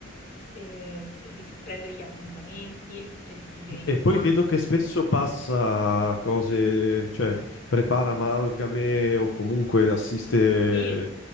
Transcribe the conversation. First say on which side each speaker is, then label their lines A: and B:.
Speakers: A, on the left; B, on the left.
A: s- eh, ris- prendere gli appuntamenti, gestire i richiami.
B: E poi vedo che spesso passa cose, cioè prepara amalgame o comunque assiste
A: Sì,